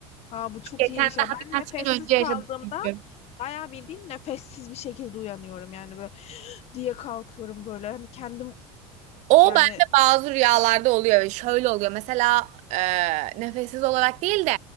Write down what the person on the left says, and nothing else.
Aa, bu çok
iyiymiş ya.
Ben
nefessiz
kaldığımda
bayağı bildiğin nefessiz bir şekilde uyanıyorum. Yani böyle diye kalkıyorum böyle. Hani kendim
yani